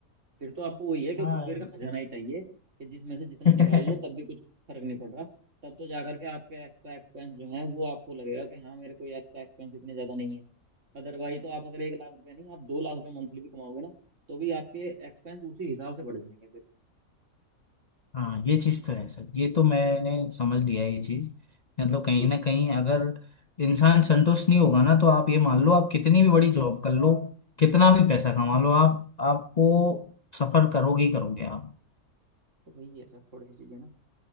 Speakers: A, on the right; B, on the left.
A: फिर तो आपको वही है कि
B: हाँ
A: कुबेर
B: ये
A: का खजाना
B: चीज
A: ही चाहिए कि जिसमें से जितना
B: <laughs>
A: निकाल लो तब भी कुछ फर्क नहीं पड़ रहा तब तो जाकर के आपके एक्स्ट्रा एक्सपेंस जो है वो आपको लगेगा कि हाँ मेरे कोई एक्स्ट्रा एक्सपेंस इतने ज्यादा नहीं है अदरवाइज तो आप अगर एक लाख रुपए नहीं आप दो लाख रुपए मंथली भी कमाओगे ना तो भी आपके एक्सपेंस उसी हिसाब से बढ़ जाएंगे फिर
B: हाँ ये चीज़ तो है सर ये तो मैंने समझ लिया है ये चीज़ मतलब कहीं
A: जी
B: ना कहीं अगर इंसान संतुष्ट नहीं होगा ना तो आप ये मान
A: हम्म,
B: लो आप कितनी भी बड़ी जॉब कर लो कितना भी पैसा कमा लो आप आपको सफर करोगे ही करोगे आप
A: तो वही है सर थोड़ी सी चीजें ना